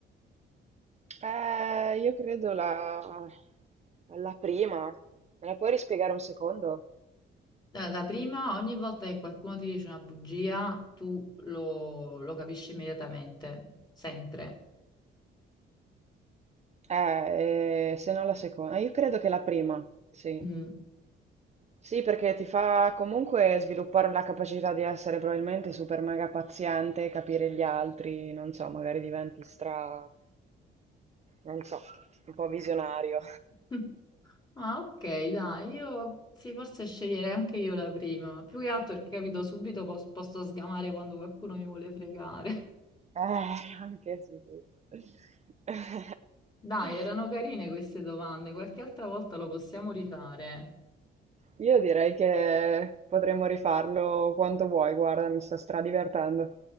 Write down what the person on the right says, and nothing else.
Eh, io credo la... la prima. Me la puoi rispiegare un secondo?
Eh, eh, se no la seconda. Io credo che la prima, sì.
Sì, perché ti fa comunque sviluppare la capacità di essere probabilmente super mega paziente, capire gli altri, non so, magari diventi stra, non so, un po' visionario.
Eh, <laughs> anche sì, sì. <laughs>
Io direi che potremmo rifarlo quanto vuoi, guarda, mi sto stradivertendo.